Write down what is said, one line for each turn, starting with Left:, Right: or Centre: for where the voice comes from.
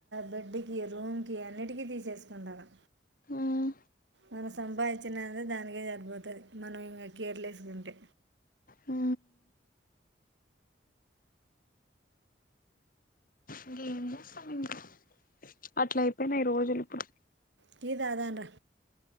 Right: బెడ్కి రూమ్కిి అన్నిటికీ తీసేసుకుంటారు
Left: హ్మ్
Right: మనం సంపాదించినే దానికే సరిపోతుంది మనం ఇంకా కేర్లేసుకుంటే
Left: ఆ ఇంకేం చేస్తాం ఇంకా అట్ల అయిపోయినా ఈ రోజులు ఇప్పుడు
Right: టీ తాగానరా